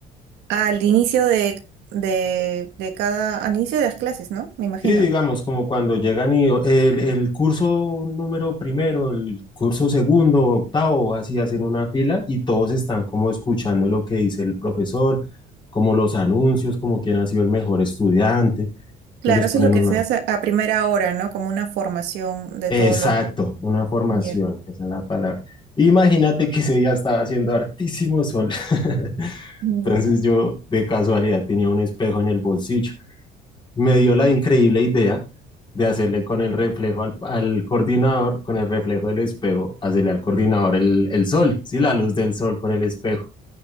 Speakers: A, on the right; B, on the left.
A: Al inicio de, de, de cada, al inicio de las clases, ¿no? Me imagino.
B: Sí, digamos, como cuando llegan y el, el curso número primero, el curso segundo, octavo, así hacen una fila y todos están como escuchando lo que dice el profesor, como los anuncios, como quién ha sido el mejor estudiante, que
A: Claro,
B: les
A: eso
B: ponen
A: es lo que
B: una...
A: se hace a primera hora, ¿no? Como una formación de
B: Exacto,
A: todos los...
B: una formación,
A: Ya,
B: esa es la palabra. Imagínate que ese día estaba haciendo hartísimo sol. <laughs>
A: Ya.
B: Entonces yo de casualidad tenía un espejo en el bolsillo. me dio la increíble idea de hacerle con el reflejo al, al coordinador, con el reflejo del espejo, hacerle al coordinador el, el sol, sí, la luz del sol con el espejo.